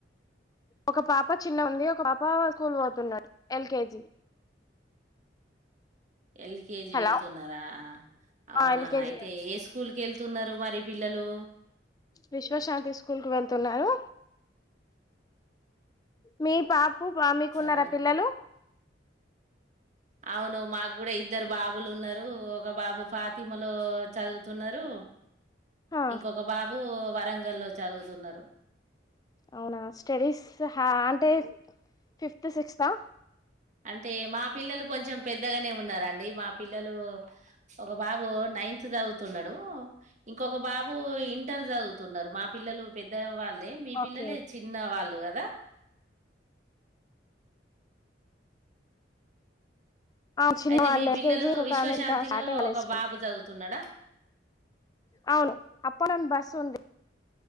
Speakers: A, on the left; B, on the right.
A: ఒక పాప చిన్న ఉంది ఒక పాప స్కూల్ పోతున్నది ఎల్కేజీ
B: ఎల్కేజీ
A: హలో
B: వెళ్తున్నారా అవునా
A: ఎల్కేజీ
B: అయితే ఏ స్కూల్ కెల్ తున్నారు మరి పిల్లలు
A: విశ్వశాంతి స్కూల్ కు వెళ్తున్నారు మీ పాప్ ప బా మీకున్నారా
B: ఆ
A: పిల్లలు
B: అవును మాకు కూడా ఇద్దరు బాబులు ఉన్నారు ఒక బాబు ఫాతిమలో చదువుతున్నారు.
A: హా
B: ఇంకొక బాబు వరంగల్లో చదువుతున్నారు
A: అవునా స్టడీస్ హ్యాన్ టే ఫిఫ్త్ సిక్స్త్ ఆ
B: అంటే మా పిల్లలు కొంచెం పెద్దగానే ఉన్నారండి మా పిల్లలు ఒక బాబు నైన్త్ చదువుతున్నాడు ఇంకొక బాబు ఇంటర్ చదువుతున్నారు మా పిల్లలు పెద్ద వాళ్ లే మీ
A: ఓకే
B: పిల్లలే
A: ఓకే
B: చిన్న వాళ్ళుగ ద
A: ఆ చిన్న
B: అయితే
A: వాళ్ళు
B: మీ పిల్లలు
A: ఎల్కేజీ ఒక
B: విశ్వశాంతిలో
A: ఆమె ఇంకా స్టార్ట్ అయ్యాలే
B: ఒక
A: స్కూల్
B: బాబు చదువుతున్నాడా <inaudible>
A: అవును అప్ అండ్ డౌన్ బస్సుంది